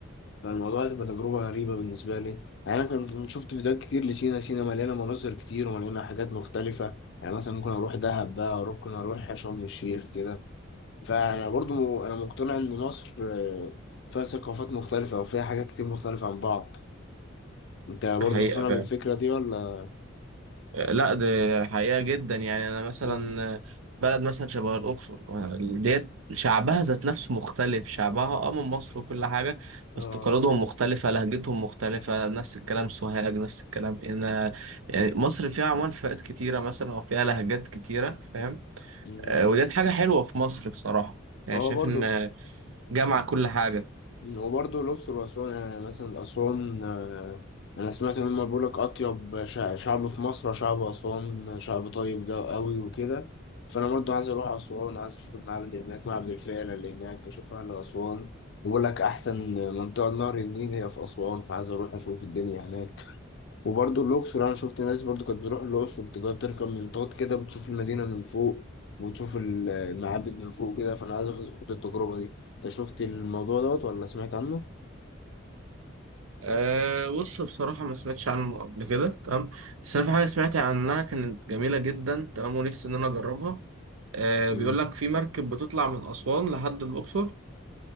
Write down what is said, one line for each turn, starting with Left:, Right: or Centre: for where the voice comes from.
Left: فالموضوع هتبقى تجربة غريبة بالنسبة لي يعني أنا كنت شفت فيديوهات كتير لسينا سينا مليانة مناظر كتير ومليانة حاجات مختلفة يعني مثلا ممكن أروح دهب بقى أروح ممكن أروح شرم الشيخ كده فأنا برضو م- أنا مقتنع إن مصر آه، فيها ثقافات مختلفة وفيها حاجات كتير مختلفة عن بعض أنت برضو
Right: حقيقة
Left: مقتنع
Right: فعلا
Left: بالفكرة دي ولا؟
Right: آه، لا ده حقيقة جدا يعني انا مثلا
Left: مم.
Right: آه، بلد مثلا شبه الاقصر آه، ديت شعبها ذات نفسه مختلف شعبها اه من مصر وكل حاجة
Left: آه
Right: بس تقاليدهم مختلفة لهجتهم مختلفة نفس الكلام سوهاج نفس الكلام هنا يعني مصر فيها عمان فئات كتيرة مثلا او فيها لهجات كتيرة فاهم
Left: مم.
Right: آه، وديت حاجة حلوة في مصر بصراحة يعني
Left: آه
Right: شايف
Left: برضو
Right: إن جمع كل حاجة
Left: وبرضه الأقصر وأسوان يعني مثلا أسوان آه، أنا سمعت إن هما بيقولك أطيب شع- شعب في مصر شعب أسوان شعب طيب ده أوي وكده فأنا برضه عايز أروح أسوان عايز أشوف المعبد اللي هناك معبد الفيلة اللي هناك أشوف أهل أسوان بيقولك أحسن منطقة نهر النيل هي في أسوان فعايز أروح أشوف الدنيا هناك وبرضه الأقصر أنا شفت ناس برضه كانت بتروح الأقصر تقعد تركب منطاد كده بتشوف المدينة من فوق وتشوف ال- المعابد من فوق كده فأنا عايز آخد آخد التجربة دي أنت شفت الموضوع دوت ولا سمعت عنه؟
Right: أه بص بصراحة ما سمعتش عنه قبل كده تمام بس أنا في حاجة سمعت عنها كانت جميلة جدا تمام ونفسي إن أنا أجربها أه
Left: مم.
Right: بيقول لك في مركب بتطلع من أسوان لحد الأقصر